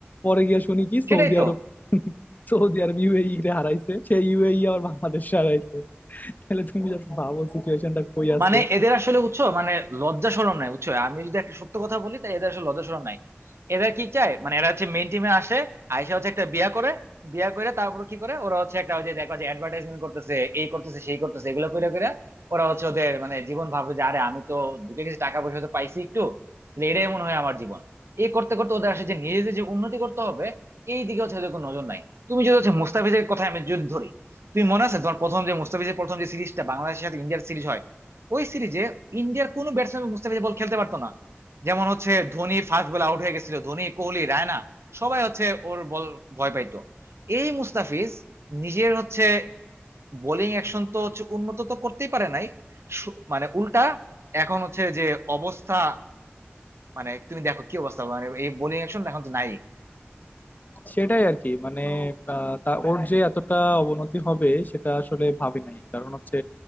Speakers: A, on the left; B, on the right.
A: পরে গিয়ে শুনি কি
B: সেটাই
A: সৌদি
B: তো
A: আরব সৌদি আরব ইউএই রে হারাইছে সেই ইউএই আবার বাংলাদেশ হারাইছে তাহলে তুমি জাস্ট ভাবো সিচুয়েশনটা কই আছে
B: মানে এদের আসলে বুঝছো মানে লজ্জা শরম নাই বুঝছো আমি যদি একটা সত্য কথা বলি তাই এদের আসলে লজ্জা শরম নাই এরা কি চায় মানে এরা হচ্ছে মেইন টিমে আসে আইসা হচ্ছে একটা বিয়া করে বিয়া করে তারপর কি করে ওরা হচ্ছে একটা ওই যে দেখো যে অ্যাডভার্টাইজমেন্ট করতেছে এই করতেছে সেই করতেছে এগুলো করে করে ওরা হচ্ছে ওদের মানে জীবন ভাবে যে আরে আমি তো ঢুকে গেছি টাকা পয়সা তো পাইছি একটু তাহলে এটাই মনে হয় আমার জীবন এই করতে করতে ওদের আসলে যে নিজেদের যে উন্নতি করতে হবে এই দিকে হচ্ছে ওদের কোনো নজর নাই তুমি যদি হচ্ছে মুস্তাফিজের কথা আমি যদি ধরি তুমি মনে আছে তোমার প্রথম যে মুস্তাফিজের প্রথম যে সিরিজটা বাংলাদেশের সাথে ইন্ডিয়ার সিরিজ হয় ওই সিরিজে ইন্ডিয়ার কোনো ব্যাটসম্যান মুস্তাফিজ বল খেলতে পারতো না যেমন হচ্ছে ধোনি ফার্স্ট বলে আউট হয়ে গেছিল ধোনি কোহলি রায়না সবাই হচ্ছে ওর বল ভয় পাইতো এই মুস্তাফিজ নিজের হচ্ছে বোলিং অ্যাকশন তো হচ্ছে উন্নত তো করতেই পারে নাই সু- মানে উল্টা এখন হচ্ছে যে অবস্থা মানে তুমি দেখো কি অবস্থা মানে এই বোলিং অ্যাকশন এখন তো নাই
A: সেটাই আর কি মানে আহ, তা ওর যে এতটা অবনতি হবে সেটা আসলে ভাবি নাই কারণ হচ্ছে